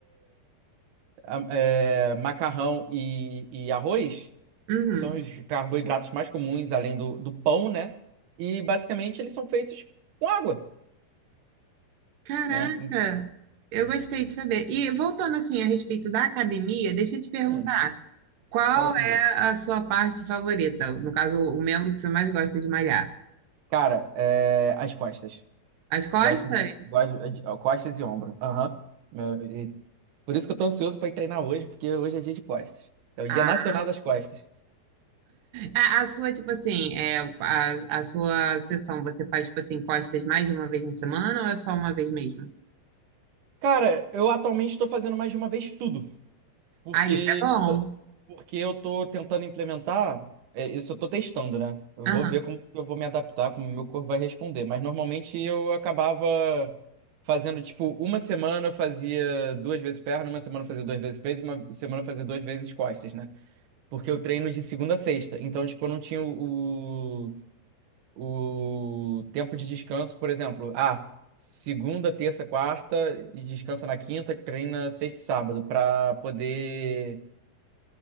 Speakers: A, on the right; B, on the right.
A: a- é, macarrão e, e arroz
B: Uhum.
A: são os carboidratos mais comuns, além do, do pão, né? E basicamente eles são feitos com água,
B: Caraca!
A: né? Em-
B: Eu gostei de saber. E voltando assim a respeito da academia, deixa eu te perguntar,
A: Hum,
B: qual
A: fala comigo.
B: é a sua parte favorita? No caso, o membro que você mais gosta de malhar?
A: Cara, é, as costas.
B: As costas?
A: Gosto, mu- gosto de ó, costas e ombro. Aham. Meu, e- Por isso que eu tô ansioso pra ir treinar hoje, porque hoje é dia de costas. É o Dia
B: Ah.
A: Nacional das Costas.
B: A, a sua, tipo assim, é, a, a sua sessão, você faz, tipo assim, costas mais de uma vez na semana ou é só uma vez mesmo?
A: Cara, eu atualmente estou fazendo mais de uma vez tudo, porque
B: Ah, isso é bom.
A: porque eu estou tentando implementar, é, isso eu estou testando, né? Eu
B: Aham,
A: vou ver como eu vou me adaptar, como o meu corpo vai responder. Mas normalmente eu acabava fazendo tipo uma semana eu fazia duas vezes perna, uma semana eu fazia duas vezes peito, uma semana eu fazia duas vezes costas, né? Porque eu treino de segunda a sexta, então tipo eu não tinha o o tempo de descanso, por exemplo, ah, segunda, terça, quarta, e descansa na quinta, treina sexta e sábado, para poder,